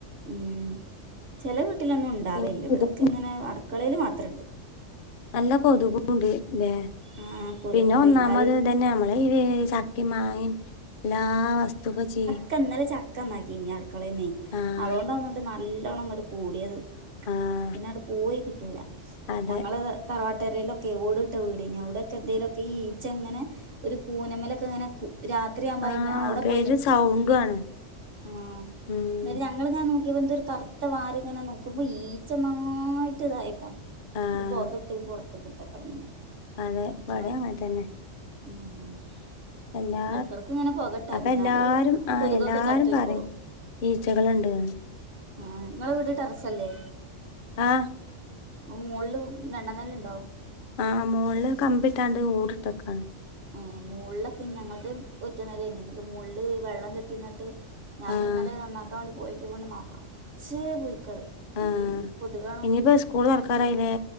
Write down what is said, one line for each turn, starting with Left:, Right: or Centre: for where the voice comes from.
Right: ഉം. ചെല വീട്ടിലൊന്നും ഉണ്ടാവേല്ല.
Left: പിന്നെ കൊതുകും
Right: ഇവിടെക്കെ ഇങ്ങനെ അടുക്കളേല് മാത്രണ്ട്.
Left: നല്ല കൊതുകും ഉണ്ട്ല്ലേ?
Right: ആ കൊതുകുണ്ട്
Left: പിന്നെ ഒന്നാമത്
Right: അത്
Left: തന്നെ നമ്മളെ ഈ വീ ചക്- ക്കേം മാങ്ങീമം എല്ലാ വസ്തുക്ക ചീ
Right: ക്ക ഇന്നലെ ചക്കന്നാക്കി ഞ്ഞി അടുക്കളേന്നേ.
Left: ആ
Right: അതുകൊണ്ടാ തോന്നണ്ട് നല്ലോണ്ണം ങ്ങട് കൂടിയത്.
Left: ആഹ്
Right: പിന്നെ അങ്ങട് പോയി കിട്ടൂല.
Left: അതെ
Right: ഞങ്ങള ട തറവാട്ടരയിലൊക്കെ ഓടിട്ട വീടേന്. അവ്ടെ ഒക്കെ എന്തേലൊക്കെ ഈ ഈച്ച ഇങ്ങനെ ഒരു കൂനമ്മ്ലോക്കെ ഇങ്ങനെ രാ <unintelligible> ആകുമ്പോ
Left: ആഹ്
Right: അവിടെ
Left: പേരും
Right: പോയി നിക്കും
Left: സൗണ്ടു ആണ്
Right: ഉം
Left: ഉം
Right: ന്നിട്ട് ഞങ് ങ്ങൾങ്ങനെ നോക്കിയപ്പോ എന്തോരു കറുത്ത വാല് ഇങ്ങനെ നോക്കുമ്പോ ഈച്ച ഒന്നായിട്ട് ഇതായേക്കാ
Left: ആഹ്
Right: ഇത് പോക ഇട്ട് പുറത്ത്ക്ക്‌ ഇട്ടത്ര പിന്നെ
Left: അതെ
Right: ഈറ്റളെ
Left: ഇപടെ അങ്ങൻ തന്നെ
Right: ഉം
Left: എല്ലാ
Right: എടക്കെടക്ക് ഇങ്ങനെ പൊകട്ടാതി
Left: അപ്പൊ
Right: ഇന്നാല്
Left: എല്ലാരും ആഹ്
Right: കൊതുകൊക്കെ
Left: എല്ലാരും
Right: ചത്തൊയ്ക്കോളും
Left: പറയും ഈച്ചകൾണ്ട്ന്ന്
Right: ആഹ് ങ്ങളെ വീട് ടെറസല്ലേ
Left: ആഹ്
Right: ങ്ങ മോൾള് രണ്ടാം നെല ഉണ്ടോ?
Left: ആഹ് മോൾള് കമ്പിട്ടാണ്ട് ഓടിട്ട്ക്കാണ്
Right: ഉം മോൾലൊക്കെ ഞങ്ങക്ക് ഒറ്റനിലാണ് എന്നിട്ട് മോൾല് വെള്ളം കെട്ടിന്നിട്ട് ഞാന്
Left: ആഹ്
Right: ഇന്നലെ നന്നാക്കാൻ വേണ്ടി പോയൊക്കിയപ്പോണ്ട് നറച്ച് പുഴുക്കള്
Left: ആഹ്
Right: ഈ കൊതുകാണോന്നുണ്ടേ
Left: ഇനിപ്പോ സ്കൂൾ തുറക്കാരായില്ലേ